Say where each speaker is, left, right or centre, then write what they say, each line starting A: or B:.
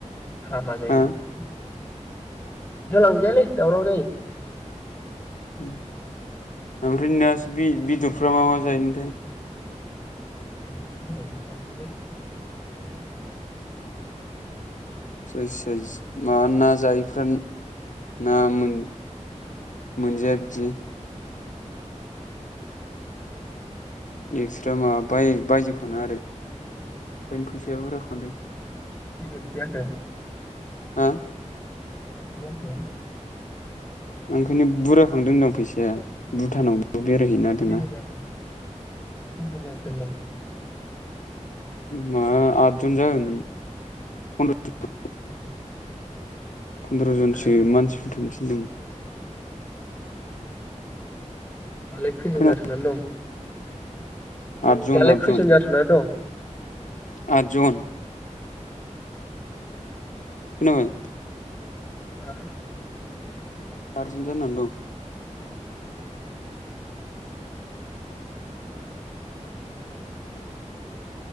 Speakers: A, on the left (about 15°); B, on the left (about 80°).
A: हामालै।
B: हा
A: बिदियाव लांजायालै दावराव जायो।
B: उ ओमफ्राय नोहासो बे बेदरख फ्रा मा मा जायोमोन्थाय?
A: <unintelligible>
B: जायसिया जि माबा ना जायैफ्रा ना मोन-मोनजाया बिदि एक्स्रा माबा बाय-बायजोब खानाङा आरो। ओखायनो फैसाया बुरजा खांदों।
A: खैजनसो जाखो?
B: हा
A: खैजनसो जाखो?
B: ओंखायनो बुर्जा खांदों होनदां फैसाया भुटानाव बाव बेरायहैनो नागेरदोंना।
A: खैजन जाखो खैजन जाखो होन्दां?
B: माबा आद जन जाबायमोन फन्द्र
A: <unintelligible>
B: फन्द्र' जनसो
A: मारै
B: मानसिफोर थिनदोंमोन।
A: <unintelligible> दालाय खैजन
B: खोना
A: जाथ'नानै दं? औ
B: आदजन
A: दालाय
B: आदजन
A: खैजन जाथ'ना दं?
B: आदजन खोनाबाय?
A: हा?
B: आरजन जानानै दं।
A: <unintelligible>